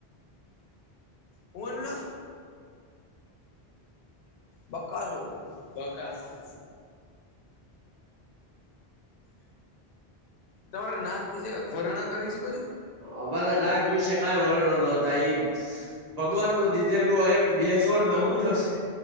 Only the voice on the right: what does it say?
અમારા નાક વિશે કઈ વર્ણન ન થાય ઈ ભગવાન નું દીધેલું એક બેજોડ નમૂનો છે